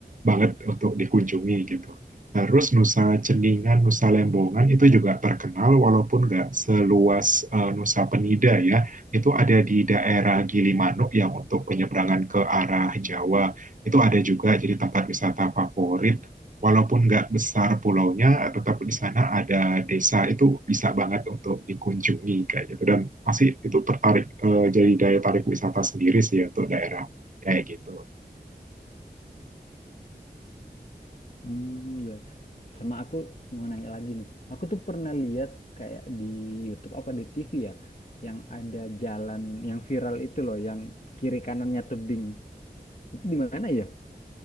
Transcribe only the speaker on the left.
Hmm, ya. Sama aku mau nanya lagi nih. Aku tuh pernah lihat kayak di YouTube apa di TV ya, yang ada jalan yang viral itu loh, yang kiri kanannya tebing. Itu di mana ya?